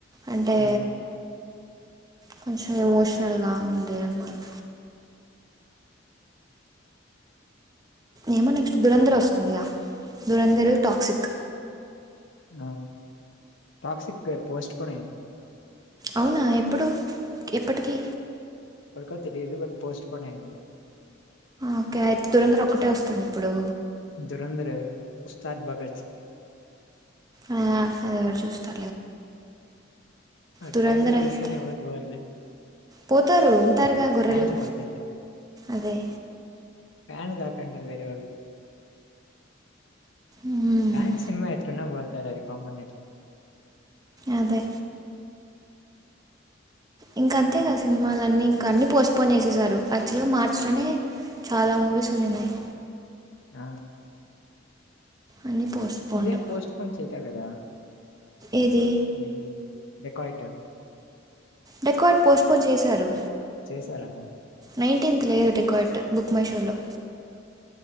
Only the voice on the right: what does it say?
అంటే
కొంచెం ఎమోషనల్ గా ఉంది అన్నారు. ఏమో నెక్స్ట్ దురంధర్ వస్తుందిగా దురంధరు టాక్సిక్
అవునా ఎప్ ప్పుడు ఎప్పటికీ
ఒకే అయితే దురంధర్ ఒక్కటే వస్తుంది ఇప్పుడు
ఆ అది ఎవరు చూస్తా
దురంధర్
అయితే
పోతారు ఉంటారుగా గొర్రెలు
అదే
మ్మ్.
అదే ఇంకా అంతే కదా సినిమాలన్నీ ఇంకా అన్ని పోస్టుపోన్ చేసేసారు. యాక్చువల్గా మార్చిలోనే చాలా మూవీస్ ఉన్నీనాయి
అన్నీ పోస్ట్పోన్డ్
ఏది
డెకయిట్ పోస్టుఫోన్ చేశారు
నై నైన్త్ లేదు డెకయిట్ బుక్ మై షోలో